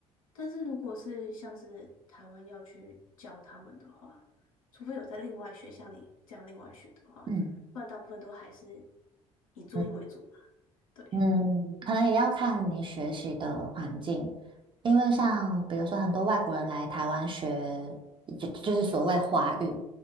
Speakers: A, on the left; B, on the right.
A: 但是如果是像是台湾要去教他们的话，除非有在另外学，像你这样另外学的话，
B: 嗯
A: 不然大部分都还是以注音为主嘛。
B: 嗯。
A: 对，
B: 嗯，可能也要看你学习的环境，因为像比如说很多外国人来台湾学，就就是所谓华语，